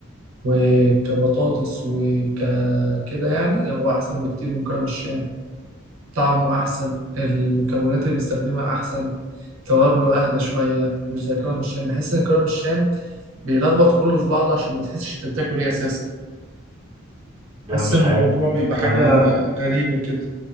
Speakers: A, on the right (about 80°); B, on the right (about 25°).
A: وكبطاطس وكده يعني هو أحسن بكتير من كرم الشام طعمه أحسن المكونات اللي بيستخدمها أحسن توابله أهدى شوية مش زي كرم الشام بحس إن كرم الشام بيلخبط كله في بعضه عشان ما تحسش أنت بتاكل إيه أساسا
B: لا
A: بحس
B: مش
A: الموضوع
B: عارف
A: بيبقى حاجة
B: يعني انا
A: غريبة كده